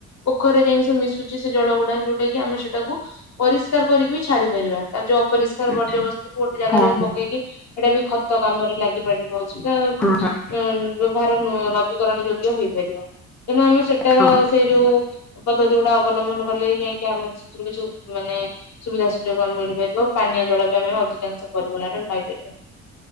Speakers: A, on the left (about 60°); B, in the centre.
A: ପୋଖରିରେ ଯାଇ ସେ ମିଶୁଛି ସେ ଜଳଗୁଡା ଯଉଟା କି ଆମେ ସେଇଟା ପରିଷ୍କାର କରିକି ବି ଛାଡି ପାରିବା ତାର ଯୋଉ ଅପରିଷ୍କାର
B: ଆଚ୍ଛା
A: ବର୍ଜ୍ୟବସ୍ତୁ କ ଗୋଟେ ଜାଗାରେ
B: ହଁ
A: ବି ପକେଇକି ଏଇଟା ବି ଖତ କାମରେ ଲାଗିପାରିବ ସେଟା
B: ହଁ
A: ଉଁ ହାର ନବୀକରଣ ଯୋଗ୍ୟ ହେଇପାରିବ। ତେଣୁ ଆମେ ସେଟାର
B: ହଁ।
A: ସେଇ ଯୋଉ ପଦ୍ଧତି ଗୁଡା ଅବଲମ୍ବନ କଲେ ଯାଇକି ଆମେ ୁ କିଛିୁ ମାନେ ସୁବିଧା ସୁଯୋଗ ଆମେ ମିଳିପାରିବ ପାନୀୟ ଜଳ ବି ଆମେ ଅଧିକାଂଶ ପରିମାଣରେମ ପାଇପାରିବା।